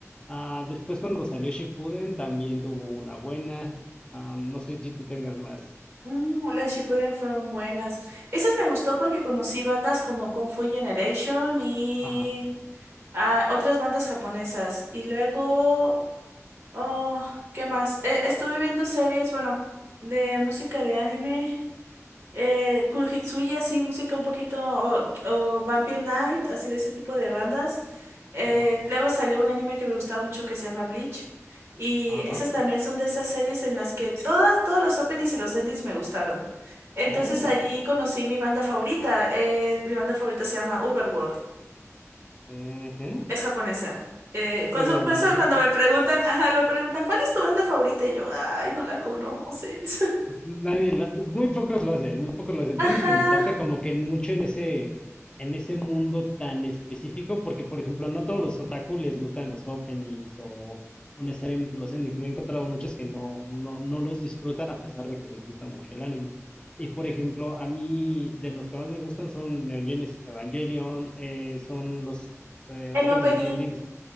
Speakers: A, on the left; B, on the right.
A: Ah, después cuando salió Shippuden también tuvo una buena. Ah, no sé si tú tengas más.
B: Mm, las Shippuden fueron buenas. Esas me gustó porque conocí bandas como Kung Fu Generation y
A: Ajá,
B: Ah, otras bandas japonesas. Y luego, oh, ¿qué más? Eh, estuve viendo series, bueno, de música de anime. Eh, Kurohitsuya, así, música un poquito, o, o Vampire Night, así de ese tipo de bandas. Eh,
A: ajá,
B: luego salió un anime que me gustaba mucho que se llama Bleach. Y
A: ajá.
B: esas también son de esas series en las que todas, todos los openings y los endings me gustaron. Entonces
A: Oh,
B: ahí conocí mi banda favorita. Eh, mi banda favorita se llama Uberworld.
A: ujú,
B: Es japonesa. Eh, cuando-
A: seguramente.
B: por eso cuando me preguntan, ajá, me preguntan, ¿cuál es tu banda favorita? Y yo, ay, no la conocen. <laughs>
A: Pues nadie, la- muy pocos lo hacen, muy pocos lo hacen.
B: Ajá,
A: Tienes que meterte como que en- mucho en ese, en ese mundo tan específico, porque por ejemplo, no todos los otaku les gustan los openings o, o necesariamente los endings. Me he encontrado muchos que no, no, no los disfrutan a pesar de que les gusta mucho el anime. Y por ejemplo, a mí de los que más me gustan son Neon Genesis Evangelion, eh, son los eh,
B: el
A: openings
B: opening.
A: y endings